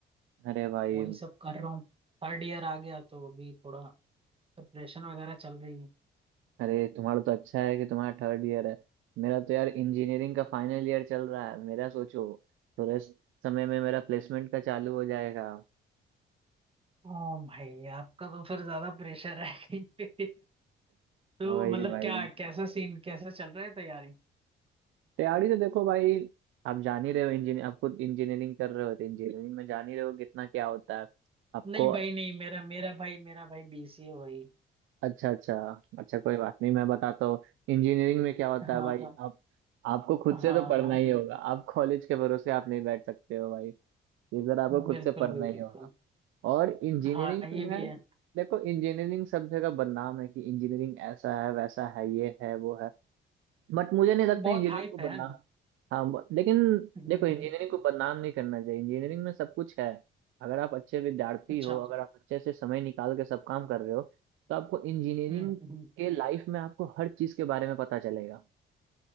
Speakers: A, on the right; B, on the right.
A: अरे भाई
B: वही सब कर रहा हूँ थर्ड ईयर आ गया तो अभी थोड़ा प्रिपरेशन वगैरह चल रही है
A: अरे तुम्हारा तो अच्छा है कि तुम्हारा थर्ड ईयर है मेरा तो यार इंजीनियरिंग का फाइनल ईयर चल रहा है मेरा सोचो थोड़े समय में मेरा प्लेसमेंट का चालू हो जाएगा
B: ओ भाई आपका तो फिर ज्यादा प्रेशर है कहीं पे तो
A: वही
B: मतलब
A: भाई
B: क्या कैसा सीन कैसा चल रहा है तैयारी
A: तैयारी तो देखो भाई आप जान ही रहे हो इंजीनियर आप खुद इंजीनियरिंग कर रहे हो तो इंजीनियरिंग में जान ही रहे हो कितना क्या होता है आपको
B: नहीं भाई नहीं मेरा मेरा भाई मेरा भाई बीसीए भाई
A: अच्छा अच्छा अच्छा कोई बात नहीं मैं बताता हूँ इंजीनियरिंग में क्या होता
B: हाँ
A: है भाई
B: हाँ
A: आप आपको खुद
B: हाँ
A: से तो पढ़ना
B: हाँ
A: ही होगा आप कॉलेज के भरोसे आप नहीं बैठ सकते हो भाई इधर आपको खुद
B: बिल्कुल
A: से पढ़ना
B: भाई
A: ही
B: बिल्कुल
A: होगा और इंजीनियरिंग
B: हाँ
A: तो
B: ये
A: मैं
B: भी है
A: देखो इंजीनियरिंग सब जगह बदनाम है कि इंजीनियरिंग ऐसा है वैसा है ये है वो है बट मुझे नहीं लगता
B: बहुत
A: इंजीनियरिंग
B: हाइप
A: को बदनाम
B: है ना
A: हाँ but- लेकिन
B: हम्म
A: देखो इंजीनियरिंग
B: हम्म,
A: को बदनाम नहीं करना चाहिए इंजीनियरिंग में सब कुछ है अगर आप अच्छे विद्यार्थी
B: अच्छा
A: हो अगर आप अच्छे से समय निकाल के सब काम कर रहे हो तो आपको इंजीनियरिंग
B: हम्म हम्म,
A: के लाइफ में आपको हर चीज के बारे में पता चलेगा